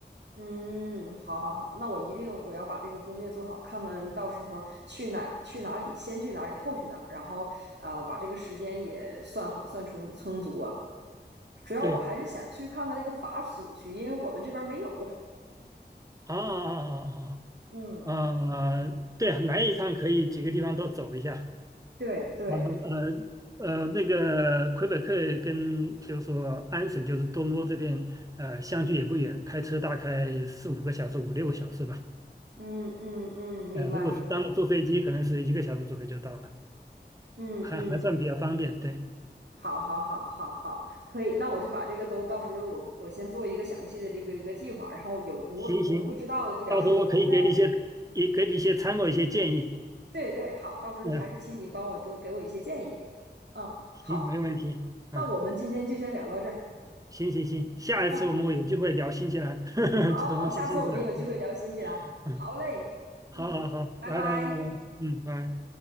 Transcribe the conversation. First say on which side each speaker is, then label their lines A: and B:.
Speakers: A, on the right (about 75°); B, on the right (about 20°).
A: 嗯，好好好，那我一定我要把这个攻略做好，看看到时候去哪去哪里，先去哪里，后去哪，然后呃把这个时间也算好，算充充足啊。主要我还是想去看看那个法属区，
B: 对，
A: 因为我们这边没有。<laughs>
B: 啊啊啊
A: 嗯，
B: 啊啊啊，啊对，来一趟可以几个地方都走一下。
A: 对对，
B: 然后呃呃，那个魁北克跟就是说安省，就是多伦多这边，呃，相距也不远，开车大概四五个小时、五六个小时吧。
A: 嗯嗯嗯，明白明白，
B: 呃，如果是当然坐飞机，可能是一个小时左右就到了，
A: 嗯嗯。
B: 还还算比较方便。对，
A: 好，好，好，好，好，可以。那我就把这个都到时候我我先做一个详细的这个一个计划，然后有不不不知道的、
B: 行行，
A: 不了解的，
B: 到时候我可以给你一些，
A: 我再
B: 也给你一些参谋、一些建议。
A: 对对，好，到时候还是请你帮我多给我一些建议。
B: 嗯、
A: 嗯，
B: 行，
A: 好，
B: 没问题。
A: 那我们今天就先聊到这儿。
B: 啊，行行行，下一次我们有机会聊新西兰，
A: 嗯，
B: <laughs>
A: 好好，
B: 就怎么去新西兰。
A: 下次我们有机会聊新西兰。
B: 嗯，嗯
A: 好嘞，
B: 好好好，
A: 嗯，拜拜。
B: 拜拜拜拜，嗯，拜。